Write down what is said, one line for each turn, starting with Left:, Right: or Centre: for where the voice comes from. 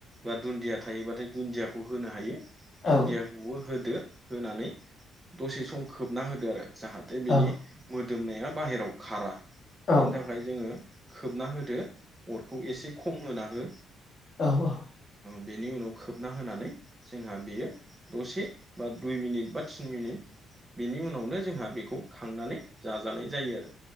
Right: बा दुन्दिया थायोबाथाय दुन्दियाखौ। खौ होनो हायो दुन्दियाखौबो
Left: औ
Right: होदो होनानै दसे सम खोबना होदो आरो जाहाथे बिनि
Left: औ
Right: मोदोमनाया बाहेरायाव खारा
Left: औ
Right: बेनि थाखाय जोङो खोबना हो दों अरखौ एसे खम होना हो
Left: औ-औ
Right: बेनि उनाव खोबना होनानै जोंहा बेयो दसे बा दुइ मिनिट बा थिन मिनिट बेनि उनावनो जोंहा बेखौ खांनानै जाजानाय जायो आरो